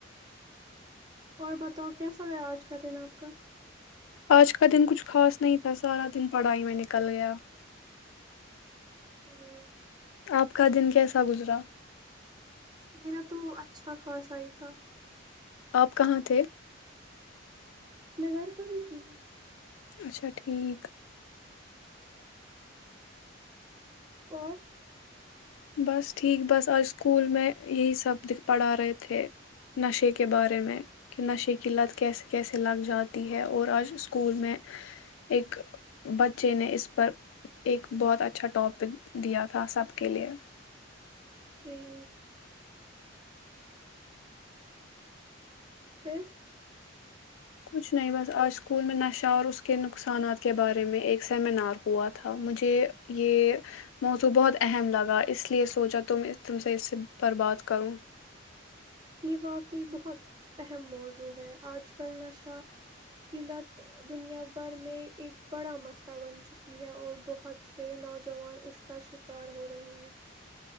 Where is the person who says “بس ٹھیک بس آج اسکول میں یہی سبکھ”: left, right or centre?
Left